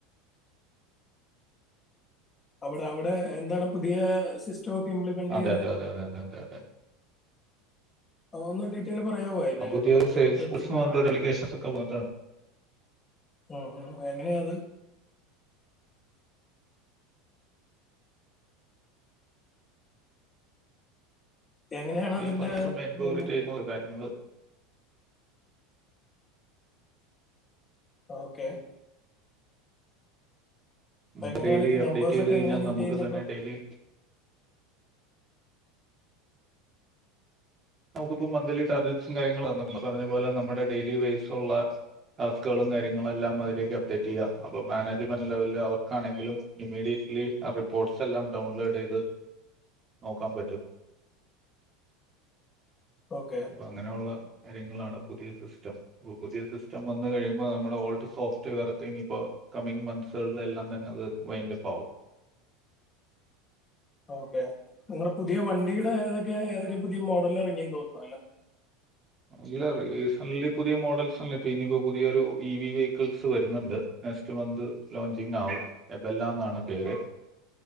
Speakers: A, on the left (about 25°); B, on the right (about 30°).
A: അവിടെ അവിടെ എന്താണ് പുതിയ സിസ്റ്റം ഒക്കെ ഇംപ്ലിമെന്റ്
B: അതെ
A: ചെയ്ത
B: അതെ അതെ അതെ അതെ അതെ അതെ
A: അ ഒന്ന് ഡീറ്റെൽ പറയാൻ പോ അ
B: ആ, പുതിയ
A: ഇപ്പ നമ്മുടെ
B: സെയിൽസ്
A: ഇവിടുത്തെ
B: ഫോഴ്സ്
A: സിമിലാരാ
B: എന്ന് പറഞ്ഞിട്ട് ഒരു അപ്ലിക്കേഷൻസ് ഒക്കെ വന്നിട്ടാണ്
A: ഒ ഒ എങ്ങനെയത് എങ്ങനെയാണ്
B: അത്
A: അതിന്റെ
B: ഈ പലസും <unintelligible> മെൻബോറിറ്റേ
A: ഇതെല്ലാം
B: കാര്യങ്ങള്ൾ
A: ഓക്കെ അപ്പൊ
B: ന <unintelligible>
A: എങ്ങനെയാണ്
B: ഡെയിലി
A: ഇപ്പൊ
B: അപ്ഡേറ്റ്
A: നമ്പേഴ്സ്
B: ചെയ്ത്
A: ഒക്കെ
B: കഴിഞ്ഞാൽ
A: എങ്ങനെയാ മീറ്റ്
B: നമുക്ക്
A: ചെയ്യുന്നപ്പോ
B: തന്നെ ഡെയിലി നമുക്കിപ്പോം മന്ത്ലി ടാർജറ്റ്സും കാര്യങ്ങളും വന്നിട്ടണ്ട് പറഞ്ഞ പോലെ നമ്മുടെ ഡെയിലി വേജസ്സുള്ള ടാസ്കുകളും കാര്യങ്ങളു എല്ലാം അതിലേക്ക് അപ്ഡേറ്റ് ചെയ്യാം അപ്പൊ മാനേജ്മെന്റ് ലെവൽ അവർക്കാണെങ്കിലും ഇമീഡിയറ്റ് ലി ആ റിപ്പോർട്ട്സ് എല്ലാം ഡൗൺലോഡ് ചെയ്ത് നോക്കാൻ പറ്റും
A: <unintelligible> ഓക്കെ
B: അപ്പൊ അങ്ങനെയുള്ള കാര്യങ്ങളാണ് പുതിയ സിസ്റ്റം അപ്പം പുതിയ സിസ്റ്റം വന്ന് കഴിയുമ്പോ ഇപ്പം നമ്മുൾ ഓൾഡ് സോഫ് മറ്റ് വർക്ക് ഇനിപ്പോൾ കമ്മിംഗ് മന്ത്സുകളില എല്ലാം തന്നെ അത് വൈൻന്റെ പാവും
A: <unintelligible> ഓക്കെ നിങ്ങളടെ പുതിയ വണ്ടിയുടെ ഏതൊക്കെ ഏതൊക്കെ പുതിയ മോഡൽ ഇറങ്ങിന്ന് തോന്ന അല്ലേ
B: ഇല്ല റീസന്റ്ലി പുതിയ മോഡൽസ്ല്ലേ ഇപ്പൊ ഇനിയിപ്പോൊ പുതിയൊരു ഇവി വെഹിക്കിൾസ് വരുന്നുണ്ട് നെക്സ്റ്റ് മന്ത് ലോഞ്ചിങ് ആാവും എബെല്ലാം എന്നാണ് പേര്